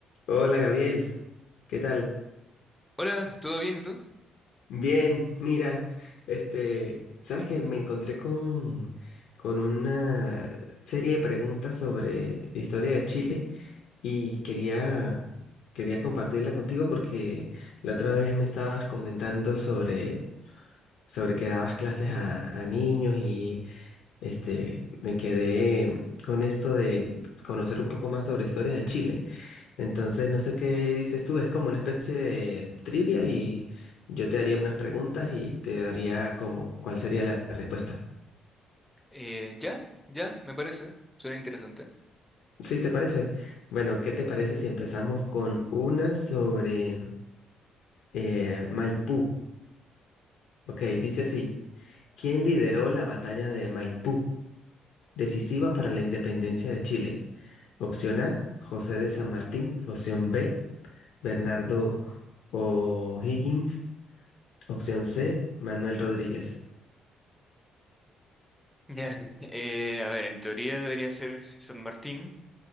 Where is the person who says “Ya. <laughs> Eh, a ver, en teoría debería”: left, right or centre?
Centre